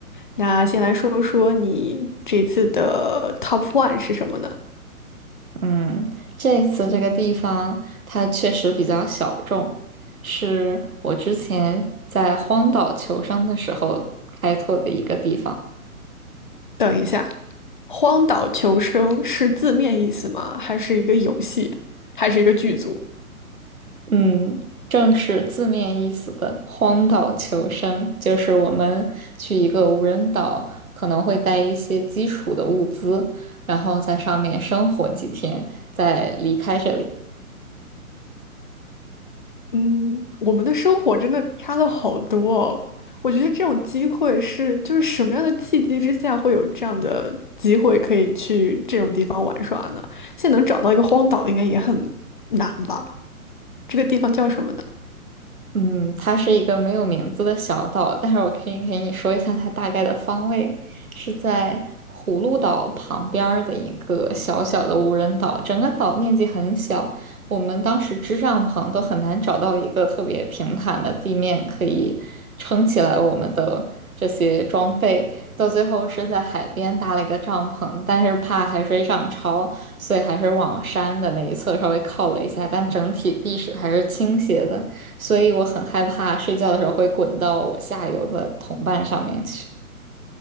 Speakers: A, on the left; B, on the right.
A: 那先来说说你这次的 Top One 是什么呢？
B: 嗯，这次这个地方它确实比较小众，是我之前在荒岛求生的时候开拓的一个地方。
A: 等一下，《荒岛求生》是字面意思吗？还是一个游戏？还是一个剧组？
B: 嗯，正是字面意思的荒岛求生，就是我们去一个无人岛，可能会带一些基础的物资，然后在上面生活几天，再离开这里。
A: 嗯，我们的生活真的差了好多哦。我觉得这种机会是，就是什么样的契机之下会有这样的机会可以去这种地方玩耍呢？现在能找到一个荒岛，应该也很难吧？这个地方叫什么呢？
B: 嗯，它是一个没有名字的小岛，但是我可以给你说一下它大概的方位，是在葫芦岛旁边儿的一个小小的无人岛，整个岛面积很小，我们当时支帐篷都很难找到一个特别平坦的地面可以撑起来我们的这些装备，到最后是在海边搭了一个帐篷，但是怕海水涨潮，所以还是往山的那一侧稍微靠了一下，但整体地势还是倾斜的。所以我很害怕睡觉的时候会滚到我下游的同伴上面去。